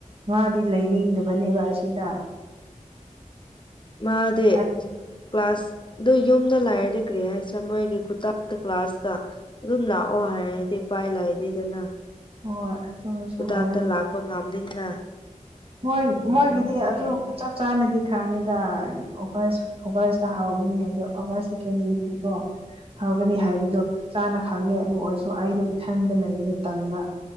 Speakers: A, on the right; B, on the left.
A: ꯃꯥꯗꯤ ꯂꯩꯅꯤꯡꯗꯕꯅꯦꯕ ꯑꯁꯤꯗ
B: ꯃꯥꯗꯤ
A: ꯑꯩ
B: ꯀ꯭ꯂꯥꯁ ꯑꯗꯨ ꯌꯨꯝꯗ ꯂꯥꯏꯔꯗꯤ ꯀꯔꯤ ꯍꯥꯏꯁꯤꯔꯥ ꯃꯣꯏꯒꯤ ꯈꯨꯇꯥꯛ ꯇ ꯀ꯭ꯂꯥꯁꯀ ꯑꯗꯨꯝ ꯂꯥꯛꯑꯣ ꯍꯥꯏꯔꯗꯤ ꯏꯄꯥꯏ ꯂꯥꯏꯗꯩꯗꯅ
A: ꯍꯣꯏ ꯑꯗꯨꯁꯨ
B: ꯈꯨꯗꯛꯇ
A: ꯑꯣꯏ
B: ꯂꯥꯛꯄ ꯉꯝꯗꯦꯅ
A: ꯃꯣꯏ ꯃꯣꯏꯒꯤꯗꯤ ꯑꯗꯨ ꯆꯞ ꯆꯥꯅꯗꯤ ꯈꯥꯡꯉꯤꯗ <unintelligible> ꯑꯣꯒꯁꯇ ꯍꯥꯎꯒꯅꯤ ꯍꯥꯏꯕꯗꯣ ꯑꯣꯒꯁ ꯁꯦꯀꯦꯟ ꯋꯤꯛꯇꯤꯀꯣ ꯍꯧꯒꯅꯤ
B: ꯎꯝ
A: ꯍꯥꯏꯕꯗꯣ ꯆꯞ ꯆꯥꯅ ꯈꯪꯉꯦ ꯑꯗꯨ ꯑꯣꯏꯔꯁꯨ ꯑꯩꯗꯣ ꯏꯊꯟꯗ ꯂꯩꯕꯗ ꯇꯟꯕ